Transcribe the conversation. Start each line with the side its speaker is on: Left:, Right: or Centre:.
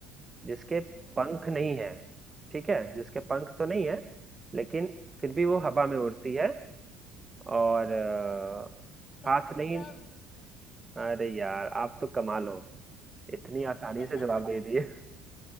Right: जिसके
Left: हम्म
Right: पंख नहीं है ठीक है जिसके पंख तो नहीं
Left: हम्म
Right: है लेकिन फिर भी वो हवा में उड़ती है और अ,
Left: पतंग
Right: हाथ नहीं अरे यार आप तो कमाल हो इतनी आसानी
Left: <laughs>
Right: से जवाब दे दिए